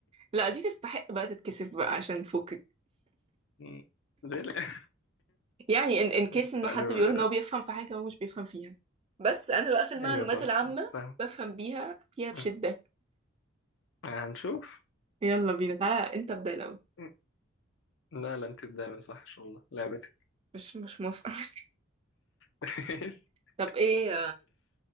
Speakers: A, on the right; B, on the left.
A: لا دي تستحق بقى تتكسف بقى عشان فوق
B: مم. ليه لأ؟
A: يعني ان ان كيس
B: <laughs> استعلم.
A: انه حد بيقول ان هو بيفهم في حاجه هو مش بيفهم فيها بس انا بقى في المعلومات
B: أيوة صح
A: العامه
B: صح فاهم
A: بفهم بيها فيها بشده
B: مم. هنشوف
A: يلا بينا تعالى انت ابدا الاول
B: مم. لا لا أنت دايما صح إن شاء الله لعبتك
A: مش مش موافقه <laughs>
B: <laughs>
A: طب ايه